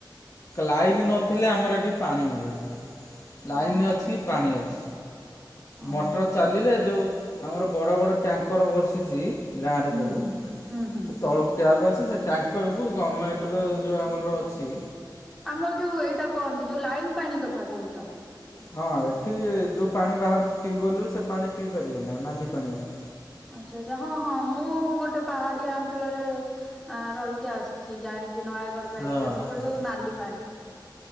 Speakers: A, on the left; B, in the centre.
A: ଲାଇନ୍ ନଥିଲେ ଆମର ଏଠି ପାଣି ମିଳିବନି। ଲାଇନ୍
B: ହଁ
A: ଅଛି,
B: ସେ
A: ପାଣି ଅଛି,
B: ଓହୋ।
A: ମଟର ଚାଲିଲେ ଯୋଉ ଆମର ବଡ଼ ବଡ଼ ଟ୍ୟାଙ୍କର ବସିଚି ଗାଁରେ
B: ହୁଁ
A: ସବୁ
B: ହୁଁ ହୁଁ ହୁଁ।
A: ସେ ତଳକୁ ଟ୍ୟାପ୍ ଅଛି ସେ ଟ୍ୟାଙ୍କରକୁ ଗମେଣ୍ଟର ଯେଉ ଆମର ଅଛି।
B: ଆମର ଯୋଉ ଏଇଟା କହନ୍ତି ଯୋଉ ଲାଇନ ପାଣି କଥା କହୁଚ।
A: ହଁ ଏଠି ଯୋଉ ପାଣି ବାହାରୁଚି ଟ୍ୟୁବୱେଲରୁ ସେ ପାଣି ପିଇ ପାରିବନି ଆଉ ନାଲି ପାଣି ଗୁରା।
B: ଆଚ୍ଛା ଆଚ୍ଛା ହଁ ହଁ ମୁଁ ଗୋଟେ ପାହାଡିଆ ଅଞ୍ଚଳରେ ଆ ରହିକି ଆସିଚି ଜାଣିଚି ନୟାଗଡ ସାଇଡରେ
A: ହଁ।
B: ସେପଟେ ସବୁ ନାଲି ପାଣି।